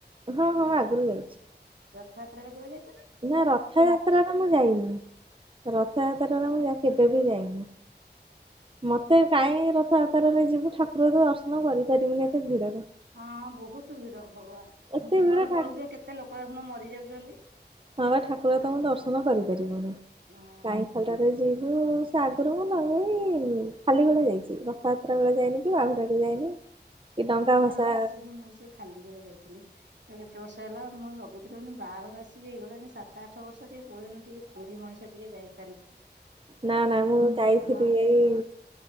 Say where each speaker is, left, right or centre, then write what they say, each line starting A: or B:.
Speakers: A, on the right (about 30°); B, on the right (about 80°).
A: ହଁ, ହଁ ଆଗରୁ ଯାଇଛି।
B: ଥତ୍ରା ରେ କେବେ ଯାଇଚି?
A: ନା ରଥଯାତ୍ରାରେ ମୁଁ ଯାଇନି। ରଥଯାତ୍ରରେ ମୁଁ କେବେ ବି ଯାଇନି। ମତେ କାହିଁ ରଥଯାତ୍ରାରେ ଯିବୁ, ଠାକୁର ତ ଦର୍ଶନ କରିପାରିବିନି ଏତେ ଭିଡ
B: ହଁ, ବହୁତ ଭିଡ଼ ଭଗବାନ!
A: ଏତେ
B: ଜୀବନ
A: ଭିଡ ଠାକୁ
B: ପଳଉଛି। କେତେ ଲୋକ ଦେଖୁନ ମରି ଯାଉଛନ୍ତି?
A: ହଁବା, ଠାକୁର ତ ମୁଁ ଦର୍ଶନ କରିପାରିବୁନି।
B: ହୁଁ
A: କାଇଁ ଖାଲଟା ରେ ଯିବି? ମୁଁ, ସେ ଆଗରୁ ମୁଁ ନାଇଁ-ଇଁ ଖାଲି ବେଳେ ଯାଇଛି। ରଥଯାତ୍ରା ବେଳେ ଯାଇନି, କି ବାହୁଡାକୁ ବି ଯାଇନି? କି ଡଙ୍ଗା
B: ହୁଁ,
A: ଭସା
B: ଆମେ ସେମତି ମୁଁ ସେ ଖାଲିବେଳେ ଯାଇଥିଲି। କେତେ ବର୍ଷ ହେଲାଆଉ ମୁଁ ଲଗଉଥିଲି ନି ବାହାଘର ଆସିକି ହେଇଗଲାଣି ସାତ ଆଠ ବର୍ଷ, ଟିକେ କୋଉଦିନ ଟିକେ ପୁରୀ ମଣିଷ ଟିକେ ଯାଇ
A: ନା, ନା ମୁଁ ଯାଇଥିଲି,
B: ହଁ
A: ଏଇ